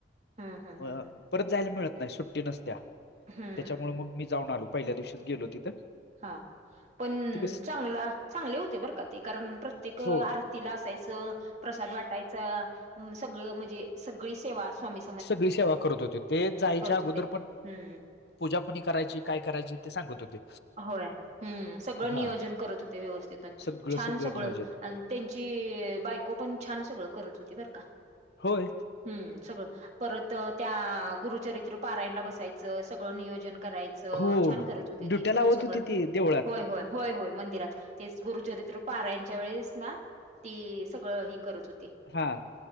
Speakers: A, on the right; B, on the left.
A: हम्म हम्म हम्म
B: अ
A: हम.
B: परत जायला मिळत नाही सुट्टी नसत्या,
A: हम्म
B: त्याच्यामुळे मग मी जाऊन आलो पहिल्या दिवशीच गेलो तिथं.
A: हा, पण
B: ठीक आहे
A: चांगला चांगले होते बरं का. ते कारण प्रत्येक आरतीला
B: हो
A: असायचं. प्रसाद वाटायचं, सगळ म्हणजे सगळी सेवा स्वामी
B: सगळी सेवा करत होते ते जायच्या
A: करत
B: अगोदर
A: होते
B: पण.
A: हम्म
B: पूजा कुणी करायची काय करायची ते सांगत होते.
A: होय, हम्म सगळं
B: हा
A: नियोजन करत होते व्यवस्थित अन,
B: सगळं
A: छान सगळं,
B: नियोजन
A: अन त्यांची बायको पण छान सगळं करत होती बरं का
B: होय.
A: हम्म सगळं. परत त्या गुरुचरित्र पारायनला बसायचं सगळं नियोजन करायचं
B: हो
A: छान करत होती
B: ड्युट्या
A: ती.
B: लावत
A: पण सगळ
B: होती ती देवळात
A: होय होय होय होय मंदिरात तेच गुरुचरित्र पारार्यनच्या वेळेस ना ती सगळं हे करत होती.
B: हा